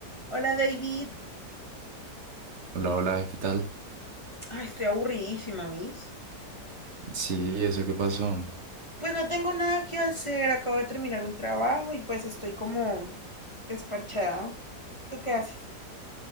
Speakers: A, on the left; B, on the right.
A: Hola David.
B: Hola, hola, ¿qué tal?
A: Ay, estoy aburridísima, ¿oís?
B: Sí, ¿eso qué pasó?
A: Pues no tengo nada que hacer, acabo de terminar un trabajo y pues estoy como desparchada. ¿Tú qué haces?